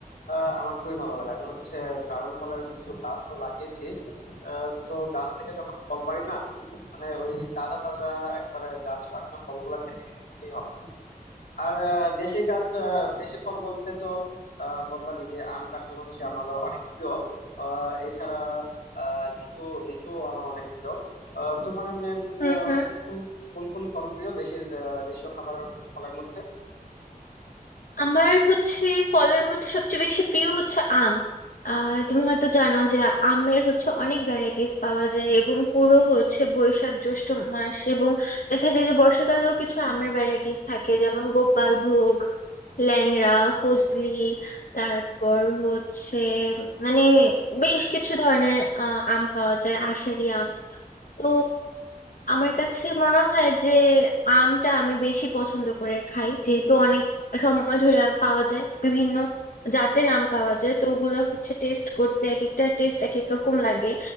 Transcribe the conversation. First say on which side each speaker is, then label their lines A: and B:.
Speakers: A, on the left; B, on the left.
A: আহ, আমার খুবই ভালো লাগে আমি হচ্ছে ড্রাগন ফলের কিছু গাছও লাগিয়েছি আহ, তো গাছ থেকে যখন ফল পারি না মানে ওই তাজা তাজা একবারে গাছ পাকনা ফলগুলা খেতে কিন্তু খুবই ভালো লাগে আর আহ, দেশি গাছ আহ, দেশি ফল বলতে তো আহ, বললামই যে আম কাঁঠাল হচ্ছে আমার অনেক প্রিয় আহ, এছাড়া আহ, লিচু লিচু আমার অনেক প্রিয় আহ, তোমার এমনি এমনি,
B: হুম
A: আহ,
B: হুম
A: কোন কোন কোন কোন ফল প্রিয় দেশি আহ, দেশীয় খাবার ফলের মধ্যে
B: আমার হচ্ছে ফলের মধ্যে সবচেয়ে বেশি প্রিয় হচ্ছে আম আহ তুমি হয়তো জানো যে আমের হচ্ছে অনেক ভ্যারাইটিস পাওয়া যায় এবং পুরো হচ্ছে বৈশাখ জ্যৈষ্ঠ মাস এবং দেখা যায় যে বর্ষাকালেও কিছু আমের ভ্যারাইটিস থাকে যেমন গোপাল ভোগ ল্যাংড়া ফজলি তারপর হচ্ছে মানে বেশ কিছু ধরনের আহ, আম পাওয়া যায় আষাঢ়ি আম তো আমার কাছে মনে হয় যে আমটা আমি বেশি পছন্দ করে খাই যেহেতু অনেক সময় ধরে আম পাওয়া যায় বিভিন্ন জাতের আম পাওয়া যায় তো ওগুলো হচ্ছে টেস্ট করতে এক একটা টেস্ট এক এক রকম লাগে